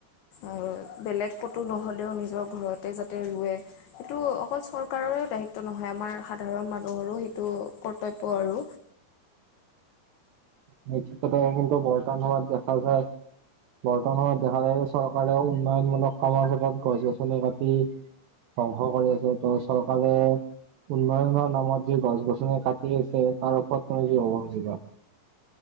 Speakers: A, on the left (about 75°); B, on the right (about 90°).
A: আৰু বেলেগ কটো নহ'লেও নিজৰ ঘৰতে যাতে ৰুৱে। সেইটো অকল চৰকাৰৰে দায়িত্ব নহয়, আমাৰ সাধাৰণ মানুহৰো সেইটো কৰ্তব্য আৰু।
B: <unintelligible> কথা কিন্তু বৰ্তান সমমত দেখা যায় বৰ্তমান সময়ত দেখা যায় যে চৰকাৰেও উন্নয়নমূলক কামৰ ক্ষেত্ৰত গছ-গছনি কাটি ধ্বংস কৰি আছে ত' চৰকাৰে উন্নয়নৰ নামত যি গছ-গছনি কাটি আছে তাৰ ওপৰত তুমি কি ক'ব খুজিবা?